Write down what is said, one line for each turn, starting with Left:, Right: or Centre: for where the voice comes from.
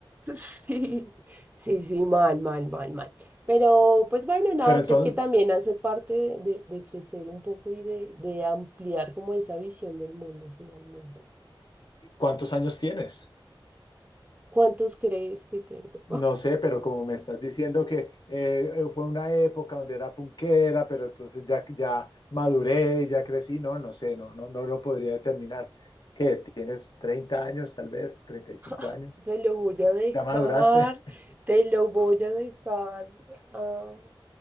Right: Sí, sí, sí, mal, mal, mal, mal. Pero pues bueno, nada,
Left: Pero entonces,
Right: creo que también hace parte de, de- de crecer un poco y de, de ampliar como esa visión del mundo finalmente.
Left: ¿cuántos años tienes?
Right: ¿Cuántos crees que tengo?
Left: No sé, pero como me estás diciendo que eh, eh, fue una época donde era punquera, pero entonces ya, ya maduré, ya crecí, no, no sé, no, no, no lo podría determinar. ¿Qué? ¿Tienes 30 años, tal vez? ¿35
Right: <laughs>
Left: años?
Right: Te lo voy a dejar,
Left: ¿Ya maduraste?
Right: te lo voy a dejar a,